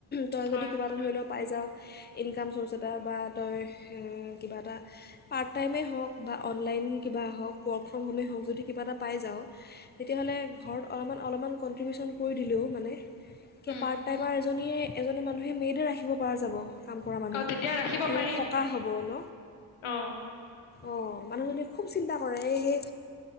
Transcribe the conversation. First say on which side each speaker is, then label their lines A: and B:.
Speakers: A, on the left (about 20°); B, on the left (about 75°).
A: তই
B: হয়
A: যদি কিবা এটা ধৰি লও পাই যাৱ ইনকাম চ'ৰ্চত বা তই কিবা এটা পাৰ্ট টাইমেই হওক বা অনলাইন কিবা হওক ৱৰ্ক ফ্ৰম হোমেই হওক যদি কিবা এটা পাই যাওঁ তেতিয়াহ'লে ঘৰত অলপমান অলপমান কনট্ৰিবিউচন কৰি দিলেও মানে। এতিয়া
B: উম
A: পাৰ্ট টাইমাৰ এজনীয়ে এজনী মানুহে মেদে ৰাখিব পৰা যাব। কাম কৰা মানুহ
B: অ তেতিয়া ৰাখিব
A: গাখে
B: পাৰিম
A: সকাহ হ'ব ন
B: অ
A: অঁ'। মানুহীয়ে খুব চিন্তা কৰে এই সেই